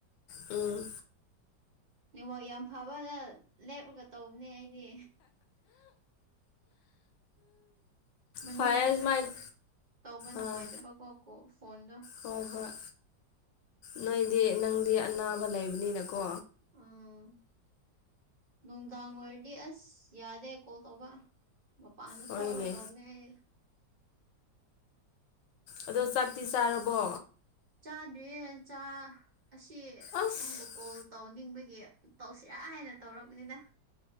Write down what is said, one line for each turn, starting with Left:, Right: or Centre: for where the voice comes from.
Left: ꯎꯝ
Right: ꯅ ꯋꯥ ꯌꯥꯝ ꯐꯕꯅ ꯂꯦꯞꯂꯒ ꯇꯧꯕꯅꯦ ꯑꯩꯗꯤ ꯃꯅꯨꯡꯗꯁꯨ
Left: ꯐꯔꯦ ꯁꯨꯃꯥꯏꯅ
Right: ꯇꯧꯕ ꯅꯨꯡꯉꯥꯏꯇꯕꯀꯣ
Left: ꯑꯥ
Right: ꯀꯣ ꯐꯣꯟꯗꯣ
Left: ꯍꯣꯏ ꯍꯣꯏ ꯅꯣꯏꯗꯤ ꯅꯪꯗꯤ ꯑꯅꯥꯕ ꯂꯩꯕꯅꯤꯅꯀꯣ
Right: ꯑꯥ ꯅꯨꯡꯗꯥꯡ ꯑꯣꯏꯔꯗꯤ ꯑꯁ ꯌꯥꯗꯦ ꯀꯣꯜ ꯇꯧꯕ ꯃꯄꯥꯟꯗ
Left: ꯍꯣꯏꯅꯦ
Right: ꯊꯣꯛꯑꯒ ꯇꯧꯕꯅꯦ ꯑꯩ
Left: ꯑꯗꯣ ꯆꯥꯛꯇꯤ ꯆꯥꯔꯕꯣ
Right: ꯆꯥꯗ꯭ꯔꯤꯌꯦ ꯆꯥ ꯑꯁꯤ
Left: ꯑꯁ
Right: ꯅꯪꯕꯨ ꯀꯣꯜ ꯇꯧꯅꯤꯡꯕꯒꯤ ꯇꯧꯁꯤꯔꯥ ꯍꯥꯏꯅ ꯇꯧꯔꯛꯄꯅꯤꯗ